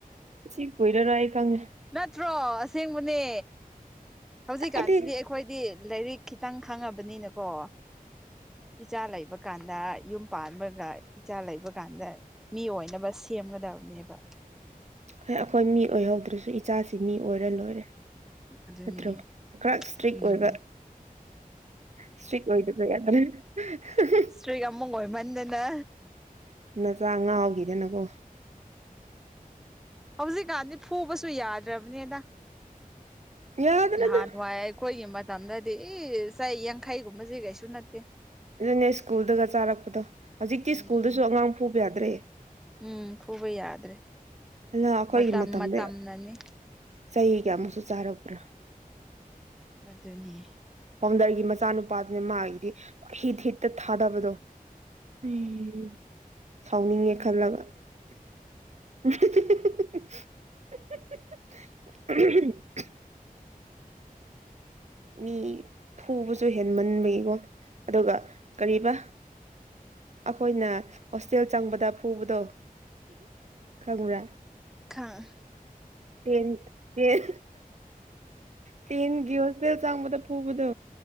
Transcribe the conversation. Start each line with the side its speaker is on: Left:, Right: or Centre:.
Right: ꯑꯁꯤ ꯀꯨꯏꯔꯔꯣꯏ ꯑꯩ ꯈꯪꯉꯦ
Centre: ꯅꯠꯇ꯭ꯔꯣ ꯑꯁꯦꯡꯕꯅꯦ ꯍꯧꯖꯤꯛꯀꯥꯟꯁꯤꯗꯤ
Right: ꯀꯥꯏꯗꯩ
Centre: ꯑꯩꯈꯣꯏꯗꯤ ꯂꯥꯏꯔꯤꯛ ꯈꯤꯇꯪ ꯈꯪꯉꯕꯅꯤꯅꯀꯣ ꯏꯆꯥ ꯂꯩꯕ ꯀꯥꯟꯗ ꯌꯨꯝ ꯄꯥꯟꯕꯒ ꯏꯆꯥ ꯂꯩꯕ ꯀꯥꯟꯗ ꯃꯤ ꯑꯣꯏꯅꯕ ꯁꯦꯝꯒꯗꯕꯅꯦꯕ
Right: ꯍꯣꯏ ꯑꯩꯈꯣꯏ ꯃꯤ ꯑꯣꯏꯍꯧꯗ꯭ꯔꯁꯨ ꯏꯆꯥꯁꯤꯡ ꯃꯤ ꯑꯣꯏꯔ ꯂꯣꯏꯔꯦ
Centre: ꯑꯗꯨꯅꯦ
Right: ꯅꯠꯇ꯭ꯔꯣ ꯈꯔ ꯏꯁꯇ꯭ꯔꯤꯛ
Centre: ꯎꯝ
Right: ꯑꯣꯏꯕ ꯏꯁꯇ꯭ꯔꯤꯛ ꯑꯣꯏꯗꯕ ꯌꯥꯗ꯭ꯔꯦ <unintelligible>
Centre: ꯏꯁꯇ꯭ꯔꯤꯛ ꯑꯃꯨꯛ ꯑꯣꯏꯃꯟꯗꯅ
Right: ꯅꯆꯥ ꯉꯥꯎꯈꯤꯗꯅꯀꯣ
Centre: ꯍꯧꯖꯤꯛꯀꯥꯟꯗꯤ ꯐꯨꯕꯁꯨ ꯌꯥꯗ꯭ꯔꯕꯅꯤꯗ
Right: ꯌꯥꯗ꯭ꯔꯦꯗ
Centre: ꯅꯍꯥꯟ ꯋꯥꯏ ꯑꯩꯈꯣꯏꯒꯤ ꯃꯇꯝꯗꯗꯤ ꯏꯁ ꯆꯩ ꯌꯥꯡꯈꯩꯒꯨꯝꯕꯁꯦ ꯀꯩꯁꯨ ꯅꯠꯇꯦ
Right: ꯑꯗꯨꯅꯦ ꯁ꯭ꯀꯨꯜꯗꯒ ꯆꯥꯔꯛꯄꯗꯣ ꯍꯧꯖꯤꯛꯇꯤ
Centre: ꯎꯝ
Right: ꯁ꯭ꯀꯨꯜꯗꯁꯨ
Centre: ꯎꯝ
Right: ꯑꯉꯥꯡ ꯐꯨꯕ ꯌꯥꯗ꯭ꯔꯦ
Centre: ꯎꯝ ꯐꯨꯕ ꯌꯥꯗ꯭ꯔꯦ
Right: ꯑꯗꯨꯅ ꯑꯩꯈꯣꯏꯒꯤ
Centre: ꯃꯇꯝ
Right: ꯃꯇꯝꯗ
Centre: ꯃꯇꯝꯅꯅꯤ
Right: ꯆꯩ ꯀꯌꯥꯃꯨꯛꯁꯨ ꯆꯥꯔꯛꯄ꯭ꯔꯥ
Centre: ꯑꯗꯨꯅꯦ
Right: ꯐꯥꯎꯟꯗꯔꯒꯤ ꯃꯆꯥꯅꯨꯄꯥꯗꯨꯅꯤ ꯃꯥꯒꯤꯗꯤ ꯍꯤꯠ ꯍꯤꯠꯇ ꯊꯥꯗꯕꯗꯣ ꯎꯝ ꯁꯥꯎꯅꯤꯡꯉꯦ ꯈꯜꯂꯒ <unintelligible> <unintelligible> ꯃꯤ ꯐꯨꯕꯁꯨ ꯍꯦꯟꯃꯟꯕꯒꯤꯀꯣ ꯑꯗꯨꯒ ꯀꯔꯤꯕ ꯑꯈꯣꯢꯅ ꯍꯣꯁꯇꯦꯜ ꯆꯪꯕꯗ ꯐꯨꯕꯗꯣ ꯈꯪꯕ꯭ꯔꯥ
Centre: ꯈꯪ
Right: ꯇꯦꯟ ꯇꯦꯟ ꯇꯦꯟꯒꯤ ꯍꯣꯁꯇꯦꯜ ꯆꯪꯕꯗ ꯐꯨꯕꯗꯣ